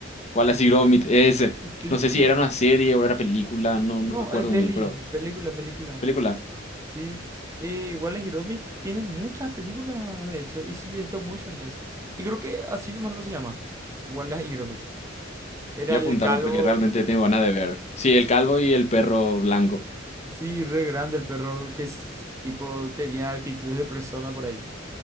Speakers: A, on the left; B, on the right.
A: Wallace y Gromit, ese.
B: sí,
A: No sé si
B: y...
A: era una serie o era una película, no, no
B: No,
A: recuerdo
B: es peli,
A: muy bien, pero
B: película, película,
A: película.
B: sí. Eh, Wallace y Gromit tiene muchas películas, de hecho, y sí, stop motion es. Y creo que así nomás lo se llama, Wallace y Gromit. Era
A: Voy a
B: el
A: apuntarme
B: calvo
A: porque realmente tengo ganas de ver. Sí, el calvo y el perro blanco.
B: Sí, re grande el perro que es, tipo tenía actitudes de persona por ahí.